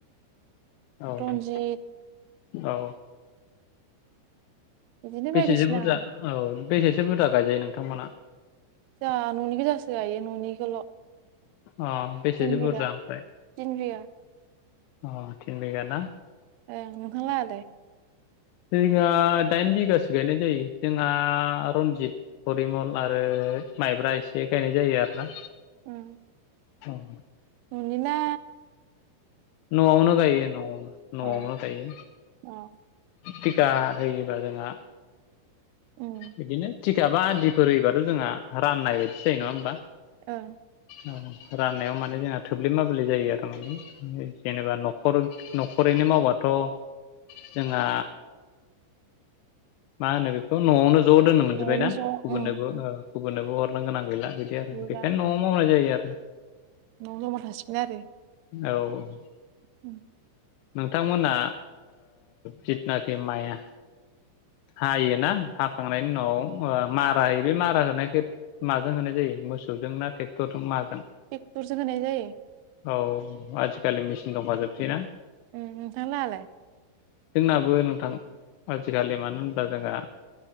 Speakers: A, on the left; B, on the right.
A: औ
B: रन्जित।
A: औ
B: बिदिनो
A: बेसेसो
B: बायदिसिना
A: बुरजा
B: गायो
A: औ बेसेसो बुरजा गायजायो नोंथांमोना
B: जों न'नि गो जासो गायो न'निखौल'
A: अ बेसेसो
B: तिन बिगा
A: बुरजा ओमफ्राय
B: तिन बिगा
A: अ थिन बिघा ना?
B: ओं नोंथां लाहालाय।
A: जोंहा दाइन बिगासो गायनाय जायो जोंहा रन्जित फरिमल आरो माइब्रा एसे गायनाय जायो आरोना।
B: उम
A: औ
B: न'निना
A: न'आवनो गायो न'आवनो न'आवनो
B: औ
A: गायो।
B: औ
A: टिका होयोबा जोंहा
B: उम
A: बिदिनो। थिखाबा आदिफोर होयोबाथ' जोंहा राननाय बायदि जायो नङा होमबा?
B: ओं
A: औ राननायाव माने जोंना थोब्ले माब्ले जायो आरो ओं जेनेबा न'खर न'खरैनो मावबाथ' जोंहा मा होनो बेखौ न'आवनो ज' दोननो मोनजोबबायना
B: न'आवनो ज'
A: गुबुननोबो
B: उम उम
A: गुबुननोबो हरनो गोनां गैला बिदि आरो
B: गैला
A: बेखायनो न'आव मावनाय जायो आरो
B: न'आव जमा थासिगोन आरो
A: औ
B: उम।
A: नोंथांमोना जिथुनाखि माया हायोना हाखांनायनि उनाव मारा होयो बे मारा होनायखौ माजों होनाय जायो मोसौजों ना ट्रेक्टरजों माजों
B: टेकटरजों होनाय जायो
A: औ आजिखालि मेचिन दंखाजोबसै ना
B: उ नोंथांलाहालाय
A: जोंनाबो नोंथां आजिखालि मानो होनबा जोंहा